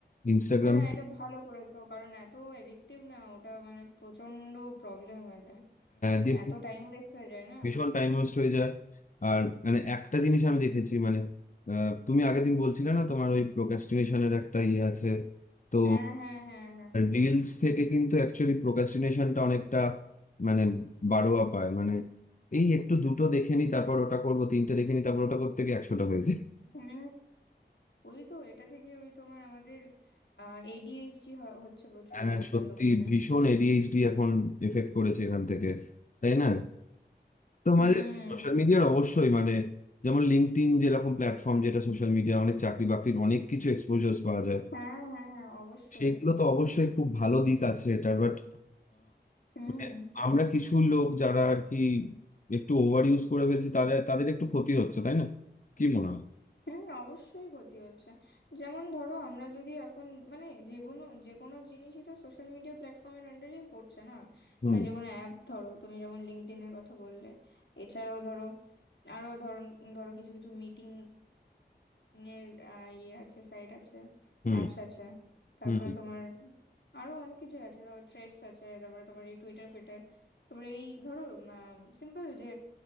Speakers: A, on the left (about 45°); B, on the left (about 80°).
A: ইনস্টাগ্রাম
B: না এটা ভালো করেছো কারণ এত এডিকটিভ না ওটা মানে প্রচন্ড প্রবলেম হয়ে যায় মানে
A: দিয়ে
B: এত টাইম ওয়েস্ট হয়ে যায় না
A: ভীষণ টাইম ওয়েস্ট হয়ে যায় আর মানে একটা জিনিস আমি দেখেছি মানে আহ, তুমি আগের দিন বলছিলে না তোমার ওই প্রোক্রাস্টিনেশনের একটা ইয়ে আছে তো
B: হ্যাঁ হ্যাঁ হ্যাঁ হ্যাঁ
A: রিলস থেকে কিন্তু অ্যাকচুয়ালি প্রোক্রাস্টিনেশনটা অনেকটা মানে বাড়োয়া পায় মানে এই একটু দুটো দেখে নি তারপর ওটা করবো তিনটে দেখে নি তারপর ওটা করতে গিয়ে একশোটা হয়েছে
B: হুম ওই তো এটা থেকে ওই তোমার আমাদের আহ এডিএইচডি হচ্ছে প্রচুর
A: হ্যাঁ হ্যাঁ,
B: আজকাল
A: সত্যি
B: লোকজনের
A: ভীষণ এডিএইচডি এখন এফেক্ট করেছে এখান থেকে তাই না তোমাদের
B: হুম
A: সোশ্যাল মিডিয়ার অবশ্যই মানে যেমন লিঙ্কডইন যেরকম প্ল্যাটফর্ম যেটা সোশ্যাল মিডিয়া অনেক চাকরি বাকরির অনেক কিছু এক্সপোজার পাওয়া যায়
B: হ্যাঁ হ্যাঁ অবশ্যই
A: সেগুলো তো অবশ্যই খুব ভালো দিক আছে এটা বাট
B: হুম
A: মানে আমরা কিছু লোক যারা আর কি একটু ওভার ইউজ করে ফেলছি তাদের তাদের একটু ক্ষতি হচ্ছে তাই না কি মনে হয়
B: হ্যাঁ অবশ্যই ক্ষতি হচ্ছে যেমন ধরো আমরা যদি এখন মানে যে কোনো যে কোনো জিনিসই তো সোশ্যাল মিডিয়া প্ল্যাটফর্মের আন্ডারেই পড়ছে না
A: হুম
B: মানে যে কোনো অ্যাপ ধরো তুমি যেমন লিঙ্কডইনের কথা বললে এছাড়াও ধরো আরো ধরো ধরো কিছু কিছু মিটিং এর আহ, ইয়ে আছে সাইট আছে
A: হুম
B: অ্যাপস আছে তারপরে
A: হুম
B: তোমার আরো অনেক কিছু আছে ধরো থ্রেডস আছে তারপরে তোমার এই টুইটার ফিটার তারপরে এই ধরো সিম্পল যে